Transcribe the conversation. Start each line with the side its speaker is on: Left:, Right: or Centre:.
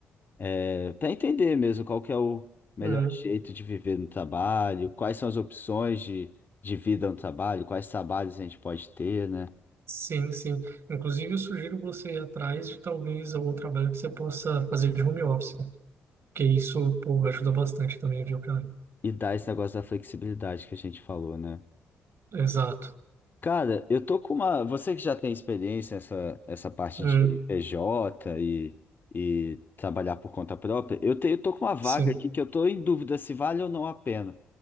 Left: é, para entender mesmo qual que é o melhor
Right: uhum,
Left: jeito de viver no trabalho, quais são as opções de, de vida no trabalho, quais trabalhos a gente pode ter, né?
Right: sim, sim. Inclusive, eu sugiro você ir atrás de talvez algum trabalho que você possa fazer de home office, porque isso, pô, ajuda bastante também, viu, cara?
Left: E dar esse negócio da flexibilidade que a gente falou, né?
Right: Exato.
Left: Cara, eu tô com uma. Você que já tem experiência nessa essa parte
Right: Uhum,
Left: de PJ e, e trabalhar por conta própria, eu tenho, tô com uma vaga
Right: sim.
Left: aqui que eu tô em dúvida se vale ou não a pena.